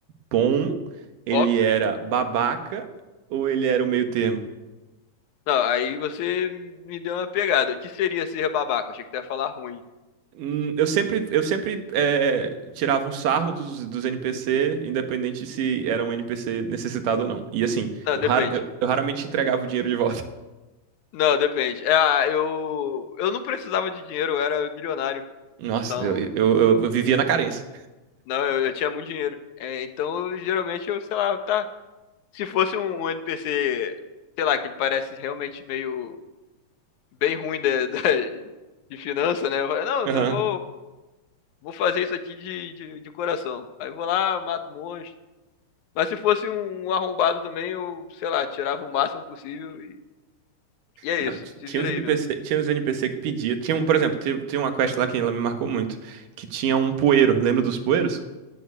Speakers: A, on the right (about 80°); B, on the left (about 70°).
A: bom, ele
B: Óbvio.
A: era babaca ou ele era o meio termo?
B: Não, aí você me deu uma pegada. O que seria ser babaca? Achei que tu ia falar ruim.
A: Hum, eu sempre, eu sempre eh, tirava um sarro dos, dos NPC, independente se era um NPC necessitado ou não. E assim,
B: Não,
A: eu,
B: depende.
A: rara- eu- eu raramente entregava o dinheiro de volta.
B: Não, depende. É, ah, eu, eu não precisava de dinheiro, eu era milionário.
A: <laughs> Nossa,
B: Então,
A: eu, eu, eu- eu vivia na carência.
B: Não, eu, eu tinha muito dinheiro. É, então, eu, geralmente, eu, sei lá, tá. Se fosse um, um NPC, sei lá, que ele parece realmente meio bem ruim da, da- de finança, né? Eu falo,
A: Aham.
B: não, eu vou, vou fazer isso aqui de, de, de coração. Aí eu vou lá, mato um monstro. Mas se fosse um um arrombado também, eu, sei lá, tirava o máximo possível e, e é
A: Não,
B: isso.
A: ti-
B: Se
A: tinha
B: vira
A: uns
B: aí,
A: NPC,
B: meu.
A: tinha uns NPC que pedia. Tinha, um- por exemplo, teve- tinha uma quest lá que ela me marcou muito, que tinha um poeiro. Lembra dos poeiros?